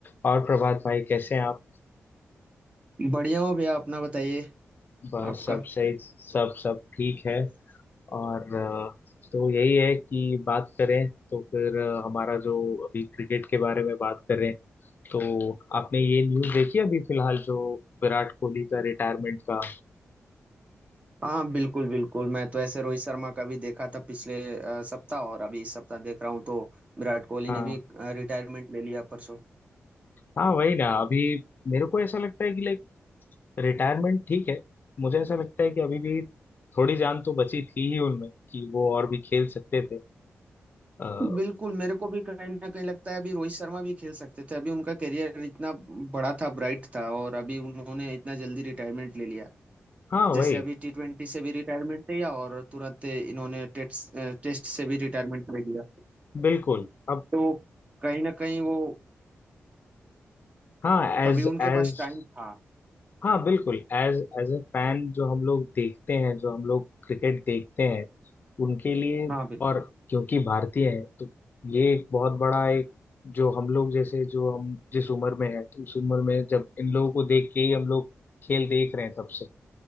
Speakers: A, on the left (about 45°); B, on the right (about 30°).
A: और प्रभात भाई कैसे हैं आप
B: बढ़िया हो भैया अपना बताइए
A: बस
B: आपका
A: सब सही सब सब ठीक है और अ, तो यही है कि बात करें तो फिर अ, हमारा जो अभी क्रिकेट के बारे में बात करें तो आपने ये न्यूज़ देखी अभी फिलहाल जो विराट कोहली का रिटायरमेंट का
B: हाँ बिल्कुल बिल्कुल मैं तो ऐसे रोहित शर्मा का भी देखा था पिछले अ, सप्ताह और अभी इस सप्ताह देख रहा हूँ तो विराट कोहली
A: हाँ
B: ने भी रिटायरमेंट ले लिया परसों
A: हाँ वही ना अभी मेरे को ऐसा लगता है कि लाइक रिटायरमेंट ठीक है मुझे ऐसा लगता है कि अभी भी थोड़ी जान तो बची थी ही उनमें कि वो और भी खेल सकते थे आ,
B: बिल्कुल मेरे को भी कहीं ना कहीं लगता है अभी रोहित शर्मा भी खेल सकते थे अभी उनका करियर इतना बड़ा था ब्राइट था और अभी उन्होंने इतना जल्दी रिटायरमेंट ले लिया
A: हाँ वही
B: जैसे अभी टी ट्वेंटी से भी रिटायरमेंट लिया और तुरंत इन्होंने टेस्ट टेस्ट से भी रिटायरमेंट ले लिया
A: बिल्कुल अब
B: तो कहीं ना कहीं वो
A: हाँ एज
B: अभी उनके
A: एज
B: पास टाइम था
A: हाँ बिल्कुल एज एज ए फैन जो हम लोग देखते हैं जो हम लोग क्रिकेट देखते हैं उनके लिए
B: हाँ बिल्कुल
A: और क्योंकि भारतीय हैं तो ये एक बहुत बड़ा एक जो हम लोग जैसे जो हम जिस उम्र में है तो उस उम्र में जब इन लोगों को देख के ही हम लोग खेल देख रहे हैं तब से